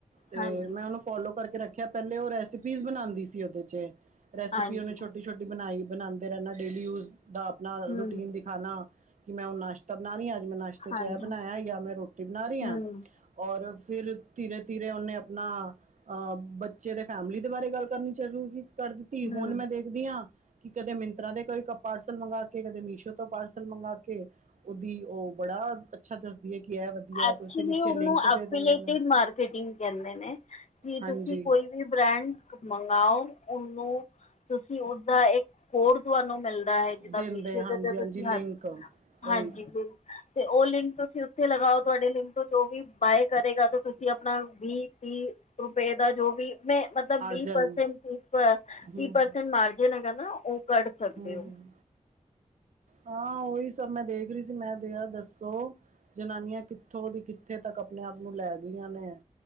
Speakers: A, on the right; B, on the left.
A: ਤੇ
B: ਹਾਂਜੀ
A: ਮੈਂ ਉਹਨੂੰ ਫੋਲੋ ਕਰਕੇ ਰੱਖ ਪਹਿਲੇ ਉਹ ਰੈਸਿਪੀਜ਼ ਬਣਾਂਦੀ ਸੀ ਉਹਦੇ ਚ, ਰੈਸਿਪੀ
B: ਹਾਂਜੀ
A: ਉਹਨੇ ਛੋਟੀ ਛੋਟੀ ਬਣਾਈ ਬਣਾਦੇ ਰਹਣਾ ਡੇਲੀ ਯੂਜ ਦਾ ਆਪਣਾ
B: ਹੂੰ
A: ਰੂਟੀਨ ਦਿਖਾਣਾ ਕਿ ਮੈਂ ਹੁਣ ਨਾਸ਼ ਬਣਾ ਰਹੀ, ਅੱਜ ਮੈਂ ਨਾਸ਼ਤੇ ਚ
B: ਹਾਂਜੀ
A: ਇਹ ਬਣਾਇਆ ਜਾਂ ਮੈਂ ਰੋਟੀ ਬਣਾ ਰਹੀ ਹਾਂ।
B: ਹੂੰ
A: ਔਰ ਫੇਰ ਤੀਰੇ-ਤੀਰੇ ਉਹਨੇ ਆਪਣਾ ਅਹ ਬੱਚੇ ਦੇ ਫੈਮਿਲੀ ਦੇ ਬਾਰੇ ਗੱਲ ਕਰਨੀ ਚ ਕਰ ਦਿੱਤੀ ਹੁਣ
B: ਹੂੰ
A: ਮੈਂ ਦੇਖਦੀ ਹਾਂ ਕਿ ਕਦੇ ਮਿੰਤਰਾਂ ਦੇ ਕੋਈ ਕੱਪਾੜ ਮੰਗਾ ਕੇ ਕਦੇ ਮੀਸ਼ੋ ਤੋਂ ਪਾਰਸਲ ਮੰਗਾ ਕੇ ਉਹਦੀ ਉਹ ਬੜਾ ਅੱਛਾ ਦੱਸਦੀ ਐ ਕਿ ਇਹ ਵਧੀਆ
B: ਐਕਚੁਲੀ
A: ਤੇ ਫਿਰ ਨੀਚੇ
B: ਉਣੁ
A: ਲਿੰਕ ਦੇ
B: ਐਫੀਲੇਟੇਡ
A: ਦਿੰਦੇ ਨੇ
B: ਮਾਰਕਟਿੰਗ ਕਹਿੰਦੇ ਨੇ, ਕਿ
A: ਹਾਂਜੀ
B: ਤੁਸੀਂ ਕੋਈ ਬ੍ਰਾਂਡ ਮੰਗਾਓ ਉਹਨੂੰ ਤੁਸੀਂ ਉਸਦਾ ਇੱਕ ਕੋਡ ਤੁਹਾਨੂੰ ਮਿਲ ਦਾ ਹੈ, ਜਿੱਦਾਂ
A: ਦਿੰਦੇ
B: ਮੀਸ਼ੋ
A: ਹਾਂਜੀ
B: ਤੇ ਤੇ ਤੁਸੀ
A: ਲਿੰਕ
B: ਹਾਂਜੀ,
A: ਉਹੀ
B: ਹਾਂਜੀ ਬਿਲ ਤੇ ਉਹ ਲਿੰਕ ਤੁਸੀਂ ਉੱਥੇ ਲਗਾਓ। ਤੁਹਾਡੇ ਲਿੰਮ ਤੋਂ ਜੋ ਵੀ ਬਾਏ ਕਰੇਗਾ, ਤਾਂ ਤੁਸੀਂ ਆਪਣਾ ਵੀਹ ਤੀਹ ਰੁਪਏ ਦਾ ਜੋ ਵੀ ਮਤਲਬ ਵੀ
A: ਮਾਰਜਨ
B: ਪਰਸੈਂਟ <unintelligible> ਤੀਹ
A: ਹਮ
B: ਪਰਸੈਂਟ ਮਾਰਜਨ ਹੈਗਾ ਨਾ ਉਹ ਕੱਢ ਸਕਦੇ
A: ਹਮ
B: ਹੋ।
A: ਹਮ ਹਾਂ, ਉਓਹੀ ਸਭ ਮੈਂ ਦੇਖ ਰਹੀ ਸੀ, ਮੈਂ ਦਯਾ ਦੱਸੋ? ਜਨਾਨੀਆਂ ਕਿੱਥੋਂ ਦੀ ਕਿੱਥੇ ਤੱਕ ਆਪਣੇ ਆਪ ਨੂੰ ਲੈ ਗਈਆਂ ਨੇ।